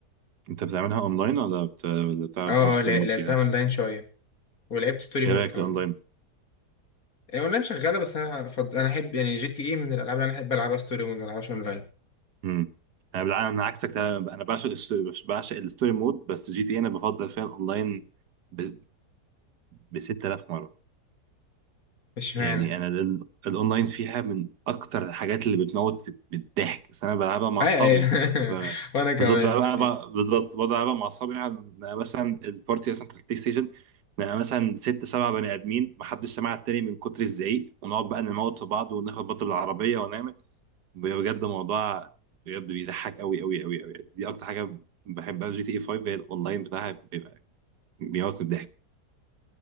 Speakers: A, on the right; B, on the left.
A: انت بتعملها اونلاين ولا بت... ولا بتلعب
B: اه
A: ستوري
B: اه لا-
A: مود
B: لعبتها
A: فيها؟
B: اونلاين شويه ولعبت ستوري
A: ايه
B: مود
A: رايك
B: كمان
A: في الاونلاين؟
B: يعني اونلاين شغاله بس انا فض... انا احب يعني جي تي اي من الالعاب اللي انا احب العبها ستوري مود ما العبهاش اونلاين
A: مم. انا بالع- انا عكسك تماما انا بعشق الستوري بش- بعشق الستوري مود بس جي تي إيه انا بفضل فيها الاونلاين ب ب 6000 مره
B: مش
A: يعني
B: معنى
A: انا ال- الاونلاين فيها من اكتر الحاجات اللي بتموت في- من الضحك بس انا بلعبها مع
B: اي
A: اصحابي
B: اي
A: ف-
B: <laughs> وانا كمان
A: بالظبط بلعبها
B: <laughs>
A: بقى- بالظبط بقعد العبها مع اصحابي عن- مثلا البارتي مثلا في البلاي ستيشن نبقى مثلا ست سبع بني ادمين محدش سمع التاني من كتر الزعيق ونقعد بقى نموت في بعض وناخد بط بالعربيه ونعمل بجد موضوع بجد بيضحك قوي قوي قوي قوي دي اكتر حاجه بحبها في جي تي اي 5 هي الاونلاين بتاعها بيبقى بيموت من الضحك